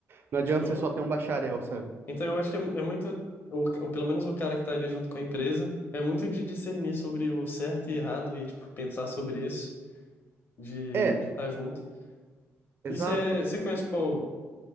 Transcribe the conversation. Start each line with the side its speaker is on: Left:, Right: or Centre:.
Right: Não adianta
Left: Tipo,
Right: você só ter um bacharel, sabe?
Left: Então eu acho que é, é muito, ou, ou pelo menos o cara que tá ali junto com a empresa, é muito de discernir sobre o certo e errado e, tipo, pensar sobre isso, de
Right: É,
Left: de estar junto.
Right: exato,
Left: E você conhece, tipo,